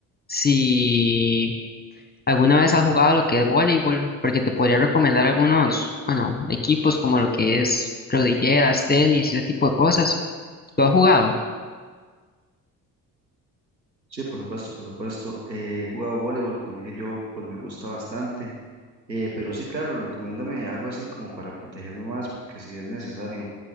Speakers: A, on the left (about 20°); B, on the right (about 90°).
A: si... ¿Alguna vez has jugado lo que es voleibol? Porque te podría recomendar algunos, bueno, equipos como lo que es rodilleras, tenis, ese tipo de cosas. ¿Lo has jugado?
B: Sí, por supuesto, por supuesto. Eh, he jugado voleibol, como le dije yo, pues me gusta bastante. Eh, pero sí, claro, recomiéndame algo así como para protegerme más, porque si es necesario.